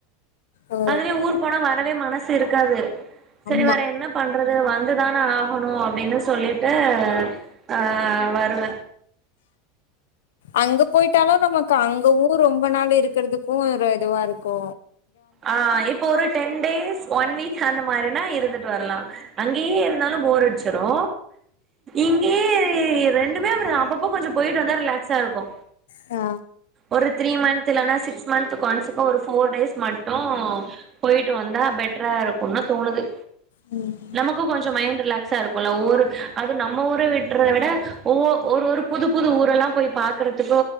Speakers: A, on the left; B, on the right.
A: ஓ
B: அதுவே ஊர் போனா வரவே மனசு இருக்காது சரி
A: ஆமா
B: வர என்னப் பண்றது வந்துதான ஆகணு அப்டீனு சொல்லிட்டு அ வருவ
A: அங்க பொய்ட்டாலு நமக்கு அங்கவூ ரொம்ப நாள் இருக்கற்துக்கு ஒரு இதுவாருக்கு
B: அ இப்போ ஒரு டென் டேஸ் ஒன் வீக் அந்த மாரினா இருந்துட்டு வரலா அங்கயே இருந்தாலு போர் அடிச்சிரு இங்கயே ரெண்டுமே அப்டிதா அப்ப பப்ப கொஞ்சோ பொய்ட்டு வந்தா ரிலாக்ஸா இருக்கு
A: ஆ
B: ஒரு த்ரீ மந்த் இல்லன்னா சிக்ஸ் மந்த் கொன்ஸ்க்கு ஒரு ஃபோர் டேஸ் மட்டு பொய்ட்டு வந்தா பெட்ரா இருக்குனு தோணுது
A: ம்
B: நமக்கு கொஞ்சோ மைண்ட் ரிலாக்ஸா இருக்குல்ல ஒவ்வொரு அது நம்ம ஊரு விட்டுறத விட ஒவ்வொ ஒரு ஒரு புது புது ஊரெல்லா போய் பாக்குறதுக்கு